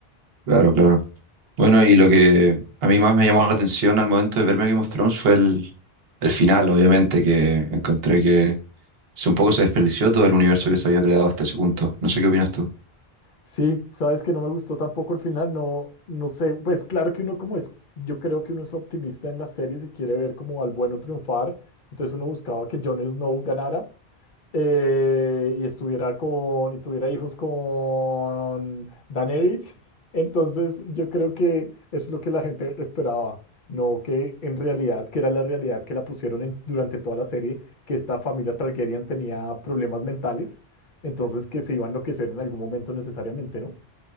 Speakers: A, on the right (about 70°); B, on the left (about 60°).
A: Claro, claro. Bueno, y lo que a mí más me llamó la atención al momento de verme Game of Thrones fue el, el final, obviamente, que encontré que se un poco se desperdició todo el universo que se había creado hasta ese punto. No sé qué opinas tú.
B: Sí, sabes que no me gustó tampoco el final, no, no sé, pues claro que uno como es, yo creo que uno es optimista en las series y quiere ver como al bueno triunfar, entonces uno buscaba que Jon Snow ganara, eh, y estuviera con, y tuviera hijos con Daenerys. Entonces, yo creo que es lo que la gente esperaba, no que en realidad, que era la realidad que la pusieron en- durante toda la serie, que esta familia Targaryen tenía problemas mentales, entonces que se iba a enloquecer en algún momento necesariamente, ¿no?